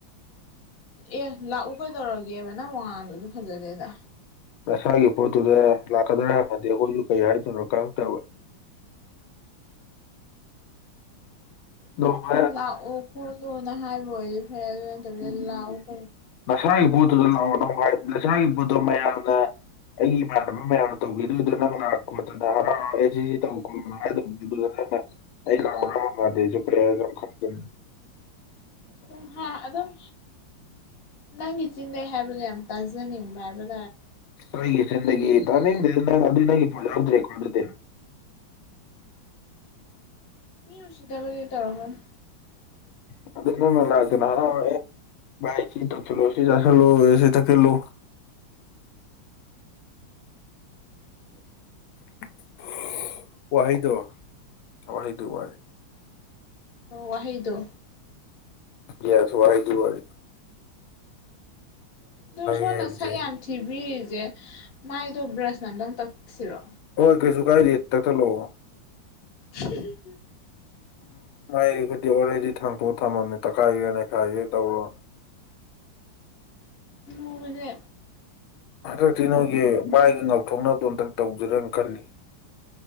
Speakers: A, on the left; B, on the left.
A: ꯑꯦ ꯂꯥꯛꯎ ꯀꯩꯗꯧꯔꯒꯦꯕ ꯅꯪ ꯃꯉꯥꯜꯗꯨꯗꯤ ꯐꯖꯗꯦꯗ
B: ꯅꯁꯥꯒꯤ ꯄꯣꯠꯇꯨꯗ ꯂꯥꯛꯀꯗ꯭ꯔꯥ ꯍꯥꯏꯃꯗꯤ ꯑꯩꯈꯣꯏꯁꯨ ꯀꯩ ꯍꯥꯏꯗꯣꯏꯅꯣ ꯈꯪꯗꯕ <inaudible> <unintelligible> ꯅꯣꯡꯃ
A: ꯂꯥꯛꯎ ꯈꯣꯠꯂꯨꯅ ꯍꯥꯏꯕ ꯑꯣꯏꯗꯤ ꯐꯩ ꯑꯗꯨ ꯅꯠꯇꯕꯤꯗ ꯂꯥꯛꯎ ꯀꯩꯅꯣ
B: ꯏꯁꯥꯒꯤ ꯄꯣꯠꯇꯨꯗ ꯂꯥꯛꯑꯣꯉ ꯁꯥꯒꯤ ꯄꯣꯠꯇꯣ ꯃꯌꯥꯝꯅ ꯑꯩ ꯏꯃꯥꯟꯅꯕ ꯃꯌꯥꯝ ꯇꯧꯈꯤꯗꯣꯏꯗꯨꯣ ꯅꯪ ꯅꯥꯔꯛꯄꯣꯠꯇꯅ ꯍꯔꯥꯎ ꯑꯩꯁꯤꯦ ꯇꯧꯈꯣꯅꯗꯧꯕꯗꯨ ꯑꯩ ꯂꯥꯎ ꯃꯥꯗꯤꯖ꯭ꯔꯦ ꯈꯟꯒ
A: ꯝ ꯍꯥ ꯑꯗꯨꯝ ꯅꯪꯒꯤ ꯆꯤꯟꯟꯅꯩ ꯍꯥꯏꯕꯗꯣ ꯌꯥꯝ ꯇꯥꯖꯅꯤꯡꯕ ꯍꯥꯏꯕꯗ
B: ꯑꯩꯒꯤ <unintelligible> ꯅꯪ ꯑꯗꯨꯗꯒꯤ ꯄꯣꯂ ꯌꯥꯎꯗ꯭ꯔꯦꯀ‌ꯣ ꯑꯗꯨꯗꯤ
A: ꯃꯤ ꯎꯁꯤꯠꯇꯕꯗꯤ ꯇꯧꯔꯛꯀꯅ
B: <unintelligible> ꯚꯥꯏ ꯁꯤ ꯇꯧꯁꯜꯂꯨ ꯁꯤ ꯆꯥꯁꯜꯂꯣ ꯁꯤ ꯊꯛꯆꯜꯂꯣ <inaudible> ꯋꯥꯍꯩꯗꯣ ꯋꯥꯍꯩꯗꯨ ꯋꯥꯟ
A: ꯑꯣ ꯋꯥꯍꯩꯗꯣ
B: ꯌꯥꯁ ꯋꯥꯍꯩꯗꯨ ꯋꯥꯔꯤꯟ
A: ꯑꯗ‌ꯣ ꯁꯣꯟꯅ
B: ꯍꯥꯏꯕꯁꯦ
A: ꯁꯛ ꯌꯥꯝ ꯊꯤꯕꯤꯔꯤꯁꯦ ꯃꯥꯏꯗꯣ ꯕ꯭ꯔꯁꯅ ꯑꯝꯇꯪ ꯇꯛꯁꯤꯔꯣ
B: ꯍꯣꯏ ꯀꯩꯁꯨ ꯀꯥꯏꯗ‌ꯦ ꯇꯛꯊꯠꯂ‌ꯛꯑꯣ
A: <unintelligible>
B: ꯎꯝ ꯃꯥꯏꯒꯗꯤ ꯑꯣꯜꯔꯦꯗꯤ ꯊꯥꯡꯇꯣꯛ ꯊꯝꯃꯅꯤ ꯇꯛꯈꯥꯏꯒ‌ꯦꯔꯥ ꯅ‌ꯦꯈꯥꯏꯒꯦꯔꯥ ꯇꯧꯔꯣ <inaudible>
A: ꯃꯨꯕꯁ‌ꯦ
B: ꯍꯟꯗꯛꯇꯤ ꯅꯣꯏꯒꯤ ꯃꯥꯏꯒꯤ ꯉꯥꯎꯊꯣꯛꯅꯕꯗꯣ ꯑꯝꯇꯪ ꯇꯧꯖꯤꯔꯅ ꯈꯜꯂꯤ